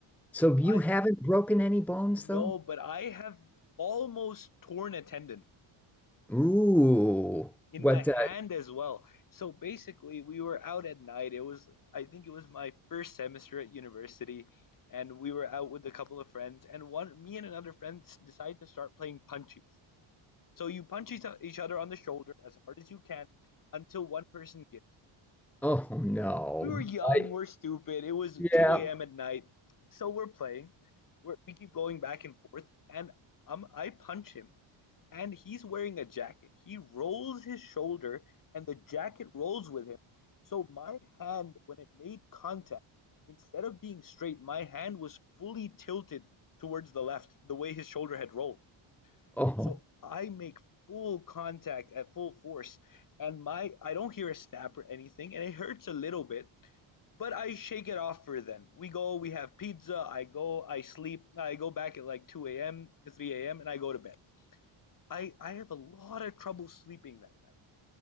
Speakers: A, in the centre; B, on the left.
A: So you
B: I
A: haven't broken any bones
B: no,
A: though?
B: but I have almost torn a tendon.
A: Ooh,
B: in
A: what?
B: my hand
A: Uh,
B: as well. So basically, we were out at night. It was, I think it was my first semester at university, and we were out with a couple of friends, and one, me and another friend decided to start playing punchies. So you punch each each other on the shoulder as hard as you can until one person gives.
A: oh no.
B: We were young,
A: I,
B: we're stupid. It was
A: yeah.
B: 2 a.m. at night, so we're playing. We're, we keep going back and forth, and um, I punch him. And he's wearing a jacket. He rolls his shoulder and the jacket rolls with him. So my hand, when it made contact, instead of being straight, my hand was fully tilted towards the left, the way his shoulder had rolled.
A: Oh,
B: So I make full contact at full force, and my I don't hear a snap or anything, and it hurts a little bit, but I shake it off for then. We go, we have pizza, I go, I sleep, I go back at like 2 a.m. to 3 a.m., and I go to bed. I I have a lot of trouble sleeping that night.